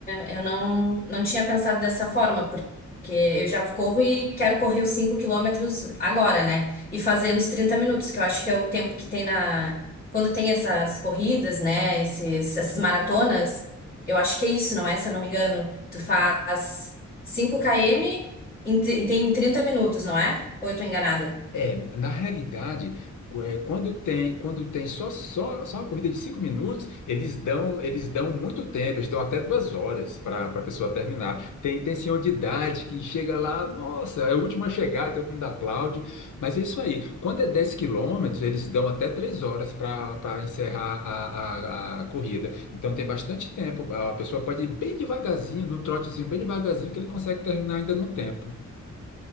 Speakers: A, on the left; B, on the left.
A: eu não, não tinha pensado dessa forma, porque eu já corro e quero correr os 5 quilômetros agora, né? E fazer nos 30 minutos, que eu acho que é o tempo que tem na. Quando tem essas corridas, né? Esses, essas maratonas, eu acho que é isso, não é? Se eu não me engano, tu faz cinco km em, tri- em 30 minutos, não é? Ou eu tô enganada?
B: É, na realidade, é, quando tem, quando tem só, só, só uma corrida de cinco minutos, eles dão, eles dão muito tempo, eles dão até duas horas para a pessoa terminar. Tem, tem senhor de idade que chega lá, nossa, é o último a chegar, e todo mundo aplaude. Mas é isso aí. Quando é 10 quilômetros, eles dão até três horas para para encerrar a, a, a corrida. Então tem bastante tempo. A pessoa pode ir bem devagarzinho, do trotezinho bem devagarzinho, que ele consegue terminar ainda no tempo.